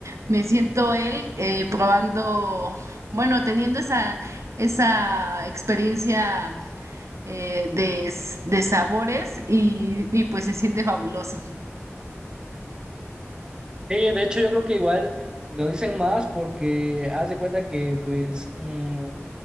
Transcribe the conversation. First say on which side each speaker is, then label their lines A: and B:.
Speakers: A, on the right (about 80°); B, on the right (about 15°).
A: me siento él eh, probando, bueno, teniendo esa, esa experiencia eh, de, s- de sabores y, y pues se siente fabuloso.
B: Sí, de hecho yo creo que igual lo dicen más porque haz de cuenta que pues mm,